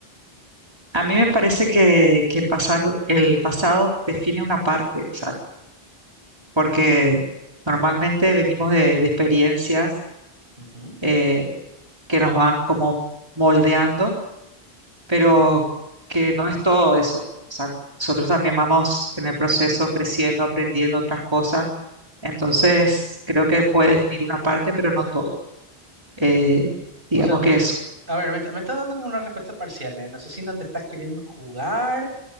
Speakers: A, on the right (about 25°); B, on the right (about 55°).
A: a mí me parece que, que el pasado, el pasado define una parte, o sea, porque normalmente venimos de, de experiencias
B: ¿eh? Ujú.
A: eh, que nos van como moldeando. pero que no es todo eso. O sea, nosotros también vamos en el proceso creciendo, aprendiendo otras cosas. Entonces, creo que puede definir una parte, pero no todo. Eh, digamos
B: O sea, t-
A: que es...
B: a ver, me, está- me estás dando como una respuesta parcial, ¿eh? No sé si no te estás queriendo jugar